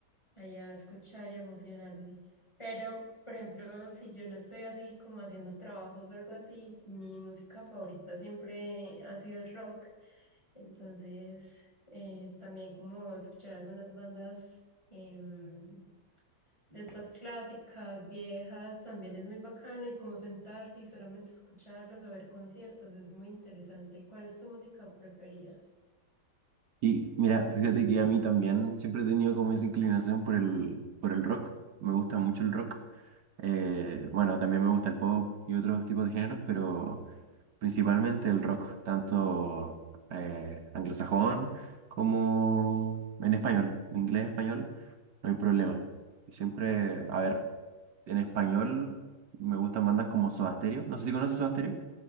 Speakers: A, on the left; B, on the right.
A: allá a escuchar y a emocionarme. Pero, por ejemplo, si yo no estoy así como haciendo trabajos o algo así, mi música favorita siempre ha sido el rock. Entonces, eh, también como escuchar algunas bandas em, de estas clásicas, viejas, también es muy bacano y como sentarse y solamente escucharlos o ver conciertos es muy interesante. ¿Cuál es tu música preferida?
B: Y mira, fíjate que a mí también siempre he tenido como esa inclinación por el, por el rock. Me gusta mucho el rock. Eh, bueno, también me gusta el pop y otros tipos de géneros, pero principalmente el rock, tanto eh, anglosajón como en español. En inglés, español, no hay problema. Y Siempre, a ver, en español me gustan bandas como Soda Stereo. No sé si conoces Soda Stereo.